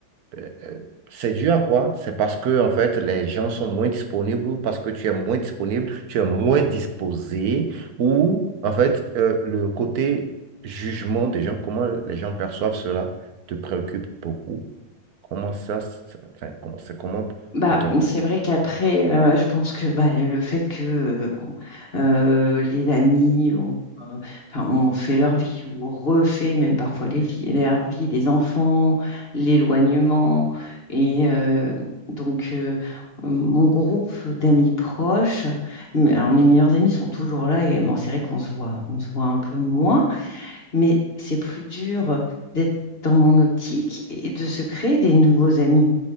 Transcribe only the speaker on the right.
Euh, euh, c'est dû à quoi? C'est parce que, en fait, les gens sont moins disponibles ou parce que tu es moins disponible, tu es moins disposé ou, en fait, euh, le côté jugement des gens, comment les gens perçoivent cela, te préoccupe beaucoup. Comment ça, ça- enfin, comment c'est comment
de ton
côté?